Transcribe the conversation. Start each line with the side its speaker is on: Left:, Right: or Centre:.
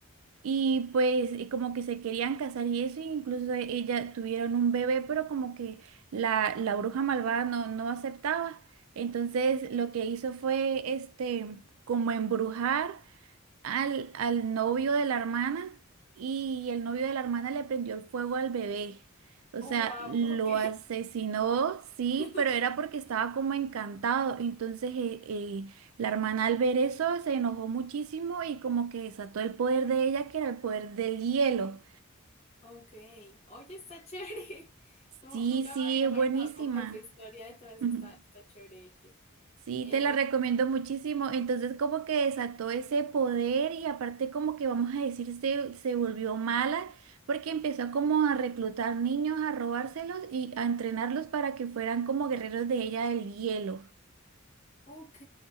Right: Y pues y como que se querían casar y eso, e incluso ella tuvieron un bebé, pero como que la, la bruja malvada no, no aceptaba. Entonces lo que hizo fue este como embrujar al, al novio de la hermana y el novio de la hermana le prendió el fuego al bebé. O
Left: Oh,
Right: sea,
Left: wow,
Right: lo
Left: ok.
Right: asesinó, sí,
Left: <laughs>
Right: pero era porque estaba como encantado. Entonces, eh, eh, la hermana al ver eso se enojó muchísimo y como que desató el poder de ella, que era el poder del hielo.
Left: Ok. Oye, está chévere. No,
Right: Sí,
Left: nunca
Right: sí,
Left: me había
Right: es
Left: imaginado
Right: buenísima.
Left: cómo es la historia detrás
Right: <laughs>
Left: está, está chévere.
Right: Sí,
Left: oye.
Right: te la recomiendo muchísimo. Entonces como que desató ese poder y aparte como que vamos a decir se, se volvió mala porque empezó como a reclutar niños, a robárselos y a entrenarlos para que fueran como guerreros de ella del hielo.
Left: Ok,